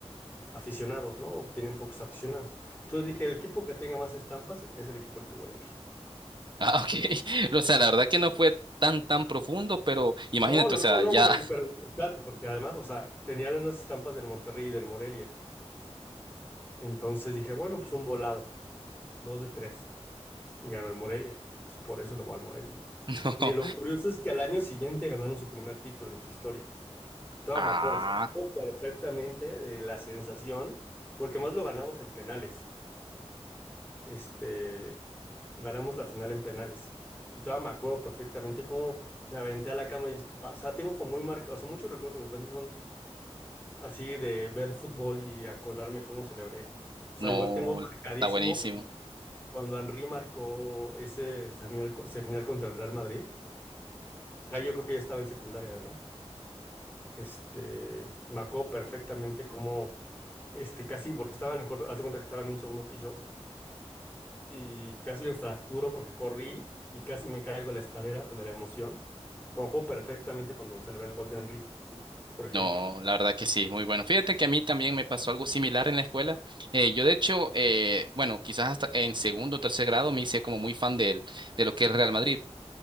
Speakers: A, on the left; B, on the right.
A: aficionados, ¿no? O tienen pocos aficionados. Entonces dije, el equipo que tenga más estampas es el equipo al que voy a ir.
B: Ah, ok. <laughs> O sea, la verdad que no fue tan, tan profundo, pero imagínate,
A: No, no,
B: o sea,
A: no, no,
B: ya,
A: bueno, y pero espérate, porque además, o sea, tenía unas estampas del Monterrey y del Morelia. Entonces dije, bueno, pues un volado, dos de tres. y ganó el Morelia. Entonces, por eso lo va al Morelia.
B: <laughs>
A: Y
B: no.
A: lo curioso es que al año siguiente ganaron su primer título en su historia. Todavía
B: Ah,
A: me acuerdo, o sea, me acuerdo perfectamente de la sensación, porque más lo ganamos en penales. Este, ganamos la final en penales. Y todavía me acuerdo perfectamente cómo me aventé a la cama de mis papás. O sea, tengo como muy marcado, o sea, muchos recuerdos de mi infancia son así de ver fútbol y acordarme cómo celebré. O sea,
B: no,
A: igual tengo marcadísimo
B: está buenísimo.
A: cu- cuando Henry marcó ese semifinal, co- semifinal contra el Real Madrid. Ah, yo creo que ya estaba en secundaria además. Este, me acuerdo perfectamente cómo, este, casi, porque estaba en el cuarto, haz de cuenta que estaba en un segundo piso y casi me fracturo porque corrí y casi me caigo de la escalera, pues de la emoción. Pero me acuerdo perfectamente cuando se le ve el gol de Henry, por ejemplo.
B: No, la verdad que sí, muy bueno. Fíjate que a mí también me pasó algo similar en la escuela. Eh, yo de hecho, eh, bueno, quizás hasta en segundo o tercer grado me hice como muy fan del- de lo que es Real Madrid.